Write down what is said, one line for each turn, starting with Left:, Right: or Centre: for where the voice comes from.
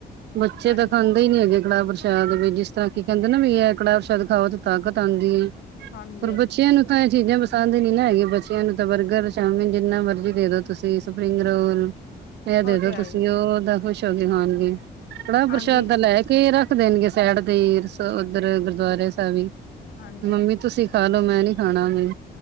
Right: ਬੱਚੇ
Left: ਹਾਂਜੀ
Right: ਤਾਂ ਖਾਂਦੇ ਹੀ ਨੀ ਹੈਗੇ ਕੜਾਰ ਪ੍ਰਸ਼ਾਦ। ਸ਼ਾਇਦ ਵੀ ਜਿਸ ਤਰ੍ਹਾਂ ਕੀ ਕਹਿੰਦੇ ਨਾ ਵੀ ਇਹ ਕੜਾਸ਼ਾਦ ਖਾਓ ਤਾਂ ਤਾਕਤ ਆਉਂਦੀ ਹੈ।
Left: ਹਾਂਜੀ
Right: ਹੋਰ
Left: ਹਾਂਜੀ
Right: ਬੱਚਿਆਂ ਨੂੰ ਤਾਂ ਇਹ ਚੀਜ਼ਾਂ ਬ ਪਸੰਦ ਨੀ ਨਾ ਹੈਗੇ ਬੱਚਿਆਂ ਨੂੰ ਤਾਂ ਬਰਗਰ ਚਾਮੀਨ ਜਿੰਨਾ ਮਰਜ਼ੀ ਦੇ ਦੋ ਤੁਸੀਂ ਸਪਰਿੰਗ ਰੋਲ ਇਹ ਦੇਦੋ
Left: ਉਹ ਤੇ ਹੈ
Right: ਤੁਸੀਂ
Left: ਹੀ,
Right: ਉਹਦਾਂ ਖੁਸ਼ ਹੋਗੇ ਖਾਣਗੇ। ਕੜਾਹ
Left: ਹਾਂਜੀ
Right: ਪ੍ਰਸ਼ਾਦਾ ਲੈ ਕੇ ਰੱਖ ਦੇਣਗੇ ਸਹਿਡ ਤੇ ਉਧਰ ਗੁਰਦੁਆਰੇ ਸਾਹਿਬ ਵੀ
Left: ਹਾਂਜੀ
Right: ਮੰਮੀ ਤੁਸੀਂ ਖਾ ਲੋ ਮੈਂ ਨੀ ਖਾਣਾਵੇ।